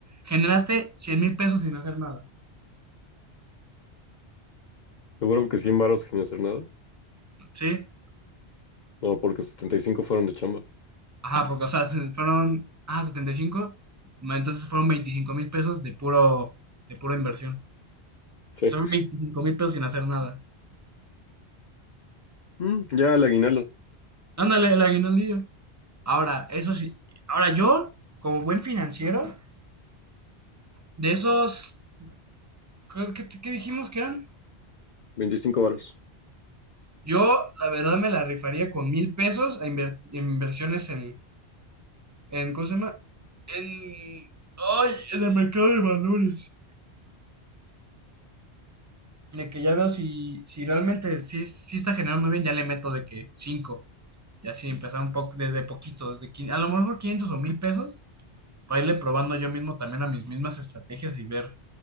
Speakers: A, on the right; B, on the left.
A: generaste cien mil pesos sin hacer nada,
B: seguro que 100 varos sin hacer nada.
A: ¿sí?
B: No, porque 75 fueron de chamba.
A: Ajá, porque, o sea, se- fueron, ah, 75, ma, entonces fueron veinticinco mil pesos de puro, de pura inversión.
B: Sí.
A: Son veinticinco mil pesos sin hacer nada.
B: Mm, ya el aguinaldo,
A: Ándale, el aguinaldillo. Ahora, eso sí, ahora yo, como buen financiero, de esos, creo que- ¿qué, dijimos que eran?
B: 25 varos.
A: Yo, la verdad, me la rifaría con mil pesos a inver- inversiones en, en, ¿cómo se llama? En, ay, en el mercado de valores. De que ya veo si, si realmente sí, sí está generando muy bien, ya le meto de que cinco. Y así empezar un poco, desde poquito, desde quin- a lo mejor 500 o mil pesos, para irle probando yo mismo también a mis mismas estrategias y ver